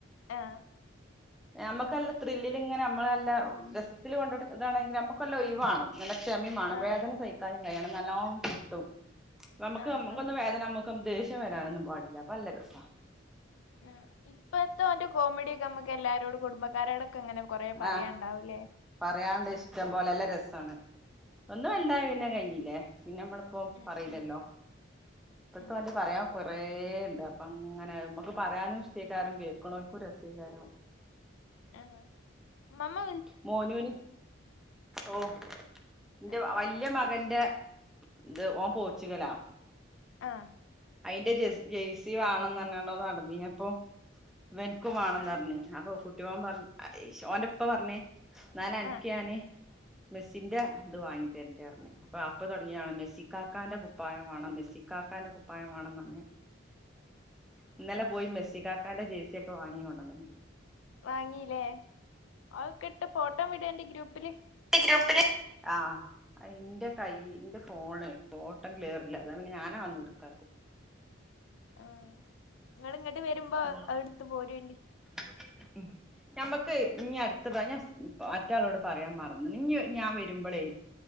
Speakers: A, on the left; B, in the centre.
A: ആഹ്
B: നമുക്കല്ല ത്രില്ലിൽ ഇങ്ങനെ നമ്മളെല്ല രസത്തില് കൊണ്ടു നടക്കുക ഇതാണെങ്കിൽ നമ്മുക്കെല്ലാം ഒഴിവ് വേണം. നല്ല ക്ഷമയും വേണം
A: ആഹ്
B: വേദന സഹിക്കാനും കഴിയണം നല്ലോം കിട്ടും. നമുക്ക്
A: ആഹ്
B: നമുക്കൊന്ന്
A: ആഹ്
B: വേദന നമ്മ ദേഷ്യം വരാനൊന്നും പാടില്ല. അപ്പം നല്ല രസവാ.
A: ആഹ് ഇപ്പഴത്തെ കോമഡി ഒക്കെ നമ്മുക്ക് എല്ലാരോടും കുടുംബക്കാരോടൊക്കെ ഇങ്ങനെ കൊറേ പറയാനുണ്ടാവു
B: ആഹ്
A: അല്ലേ.
B: പറയാണ്ട്
A: ഉം.
B: ഇഷ്ടം പോലെ നല്ല രസമാണ്. ഒന്നും അല്ലാതെ പിന്നെ കഴിഞ്ഞില്ലേ പിന്നെ നമ്മൾ പ്പം
A: ഉം
B: പറയില്ലല്ലോ?
A: ഉം
B: ഇപ്പത്തെ
A: ഉം
B: പറയാം കൊറേ ഉണ്ട് അപ്പം അങ്ങനെ നമ്മുക്ക് പറയാനും ഇഷ്ടക്കാരം കേൾക്കണോർക്ക് രസേകാരം
A: ആഹ് ഉമ്മാമ്മ
B: മോനുന് ഓ എന്റെവലിയ
A: ആ
B: മകന്റെ ഇത് ഓൻ പോർച്ചുഗലാ.
A: ആഹ്
B: അയിന്റെ ജ ജേഴ്സി വേണോന്ന് പറഞ്ഞോണ്ട് നടന്നീ അപ്പൊ ഇവനക്കും വേണോന്ന്
A: ആ
B: പറഞ്ഞ് അപ്പൊ കുട്ടിയോൻ പറഞ് ഓന്റെ ഉപ്പ പറഞ്ഞേ എന്നാ അനക്ക്
A: ആ
B: ഞാന് മെസ്സിന്റെ ഇത് വാങ്ങി തരുണ്ടേ പറഞ്ഞ് അപ്പൊ അപ്പ തുടങ്ങിയതാണ് മെസ്സിക്കാക്കാന്റെ കുപ്പായം വേണം മെസ്സിക്കാക്കാന്റെ കുപ്പായം വേണം പറഞ്ഞ്. ഇന്നലെ
A: ആ
B: പോയി മെസ്സി കാക്കാന്റെ ജേഴ്സിയൊക്കെ വാങ്ങി കൊണ്ടുവന്നു.
A: വാങ്ങീല്ലേ അതൊക്കെ ഇട്ട് ഫോട്ടോ വിട് എന്റെ ഗ്രൂപ്പില്
B: ഗ്രൂപ്പില് ആഹ് ന്റെ കൈ എന്റെ ഫോണ് ഫോട്ടം ക്ലിയർല്ല അതാ പിന്നെ ഞാൻ അതൊന്നും എടുക്കാത്തേ
A: ആഹ് നിങ്ങള് ഇങ്ങോട്ട് വരുമ്പോ അഹ്
B: ഉം
A: അടുത്ത് പോരെനി
B: <unintelligible> ഉം ഞമ്മക്ക് ഇ അടുത്ത് പറ ഞാൻ മറ്റളോട് പറയാൻ മറന്ന് ഇനി ഞാൻ വരുമ്പോളേ